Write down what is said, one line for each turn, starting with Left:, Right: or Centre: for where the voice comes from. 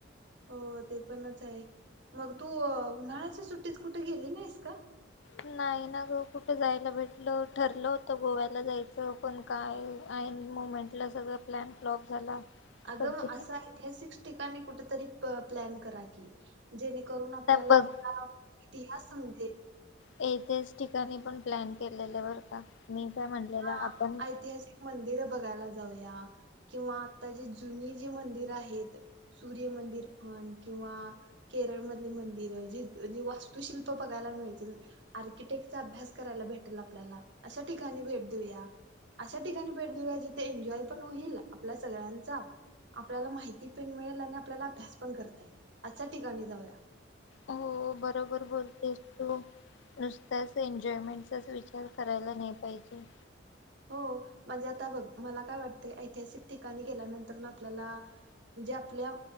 Right: हो ते पणच आहे मग तू अं उन्हाळ्याच्या सुट्टीत कुठ गेली नाहीस का?
Left: नाय नाय ना ग कुठ जायला भेटल, ठरलं होत गोव्याला जायचं पण काय ऐन मुमे म्हटलं सगळं प्लॅन फ्लॉप झाला.
Right: अग
Left: आता
Right: आसं ऐतिहासिक ठिकाणी कुठं तरी प्लॅन करा की, जेणेकरून आपल्याला
Left: बघ
Right: आपला इतिहास समजे
Left: येथेच ठिकाणी पण प्लॅन केलेले बरं का? मी काय म्हणलेलं
Right: हा
Left: आपण
Right: ऐतिहासिक मंदिर बघायला जावूया किंवा आता जी जुनी जी मंदिर आहेत सूर्यमंदिर म्हण किंवा केरळमधली मंदिरं जी जी वास्तुशिल्प बघायला मिळतील. आर्किटेक्टचा अभ्यास करायला भेटलं आपल्याला अशा ठिकाणी भेट दिऊया अशा ठिकाणी भेट दिऊया जिथ एन्जॉय पण होईल आपल्या सगळ्यांचा आपल्याला माहिती पिण मिळेल आणि आपल्याला अभ्यास पण करता येईल अशा ठिकाणी जाऊया
Left: हो बरोबर बोलतेस तू नुसताच एन्जॉयमेंटचाच विचार करायला नाही पाहिजे
Right: हो म्हणजे आता बघ मला काय वाटतय ऐतिहासिक ठिकाणी गेल्यानंतरन आपल्याला म्हणजे आपल्या